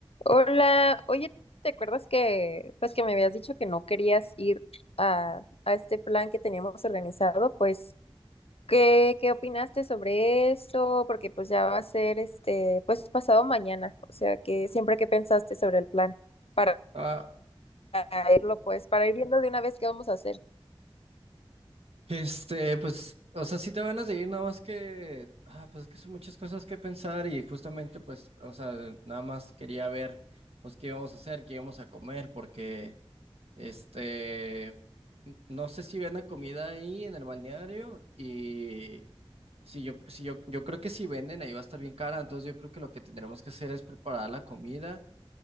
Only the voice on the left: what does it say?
Hola, oye, ¿te acuerdas que pues que me habías dicho que no querías ir a, a este plan que teníamos organizado? Pues, ¿qué, qué opinaste sobre eso? Porque pues ya va a ser este, pues pasado mañana. O sea que siempre que pensaste sobre el plan para,
para irlo, pues, para ir viendo de una vez qué vamos a hacer.